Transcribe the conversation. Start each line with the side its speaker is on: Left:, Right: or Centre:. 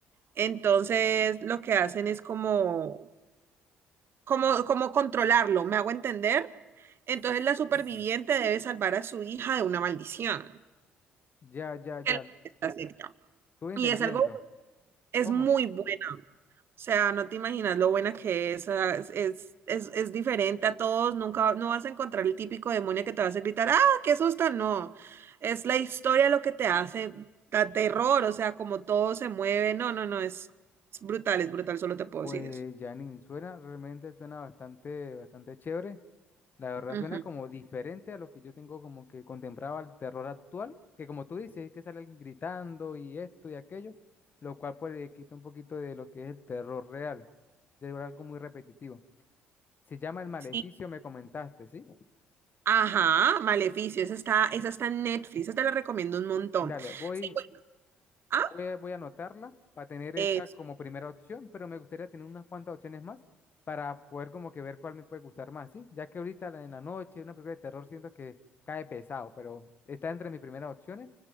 Right: Entonces, lo que hacen es como, como, como controlarlo, ¿me hago entender?
Left: Sí,
Right: Entonces, la superviviente debe salvar a su hija de una maldición.
Left: ya, ya,
Right: que
Left: ya.
Right: la fiesta secta.
Left: Estuve
Right: Y
Left: entendiendo.
Right: es algo, es
Left: ¿Cómo?
Right: muy buena. O sea, no te imaginas lo buena que es. ah, Es, es, es, es diferente a todos. Nunca no vas a encontrar el típico demonio que te va a hacer gritar, ¡ah, qué susto! No. Es la historia lo que te hace, da terror, o sea, como todo se mueve. No, no, no, es, es brutal, es brutal, solo te puedo
Left: Pues
Right: decir eso.
Left: Janine, suena, realmente suena bastante, bastante chévere. La verdad
Right: Ujú.
Left: suena como diferente a lo que yo tengo como que contemplaba el terror actual, que como tú dices, es que salen gritando y esto y aquello, lo cual pues le quita un poquito de lo que es el terror real. Se vuelve algo muy repetitivo. Se llama El Maleficio,
Right: Sí.
Left: me comentaste, ¿sí?
Right: Ajá, Maleficio, esa está, esa está en Netflix, esa te la recomiendo un montón.
Left: Dale, voy.
Right: Sí, bueno, ah,
Left: Voy a, voy a anotarla para tener esa
Right: eh,
Left: como primera opción, pero me gustaría tener unas cuantas opciones más para poder como que ver cuál me puede gustar más, ¿sí? Ya que ahorita la- en la noche una película de terror siento que cae pesado, pero está entre mis primeras opciones.